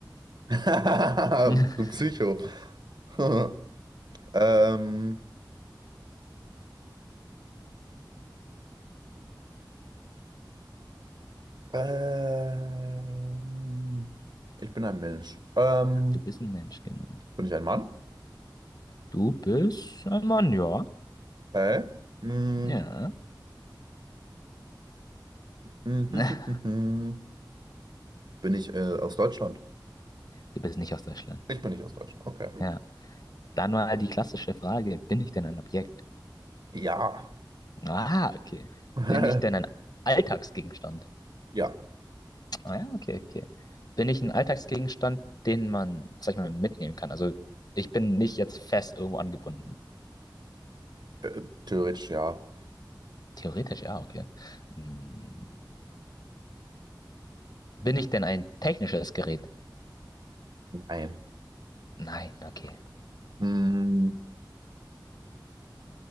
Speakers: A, on the right; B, on the left.
A: <laughs>
B: <laughs>
A: Du Psycho. <laughs> Ähm, ähm, ich bin ein Mensch. Ähm,
B: Du bist ein Mensch, genau.
A: bin ich ein Mann?
B: Du bist ein Mann, ja.
A: Okay. Mm.
B: Ja.
A: mm,
B: <laughs>
A: <laughs> Bin ich äh, aus Deutschland?
B: Du bist nicht aus Deutschland.
A: Ich bin nicht aus Deutschland. Okay.
B: Ja. Dann mal die klassische Frage, bin ich denn ein Objekt?
A: Ja.
B: Ah, okay.
A: <laughs>
B: Bin ich denn ein Alltagsgegenstand?
A: Ja.
B: Ah ja, okay, okay. Bin ich ein Alltagsgegenstand, den man, sag ich mal, mitnehmen kann? Also ich bin nicht jetzt fest irgendwo angebunden.
A: Äh, theoretisch ja.
B: Theoretisch ja, okay. Hm, Bin ich denn ein technisches Gerät?
A: Nein.
B: Nein, okay.
A: Mm.